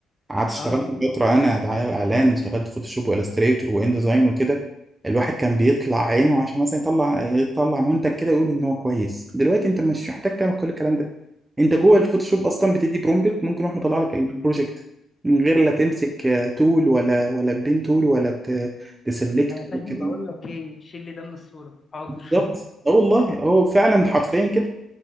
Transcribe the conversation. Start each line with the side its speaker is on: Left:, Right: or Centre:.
Right: قعدت اشتغلت
Left: اه
Right: فترة أنا دعاية وإعلان اشتغلت فوتوشوب وإلستريتور وإن ديزاين وكده الواحد كان بيطلع عينه عشان مثلا يطلع يطلع منتج كده يقول إن هو كويس دلوقتي أنت مش محتاج تعمل كل الكلام ده أنت جوه الفوتوشوب أصلا بتدي برومبت ممكن يروح مطلع لك البروجكت من غير لا تمسك آه، تول ولا ولا بين تول ولا ت- تسلكت ولا
Left: فاهم
Right: الكلام
Left: بقول
Right: ده.
Left: لك ايه شيل لي ده من الصورة حاضر
Right: بالظبط اه والله هو فعلا حرفيا كده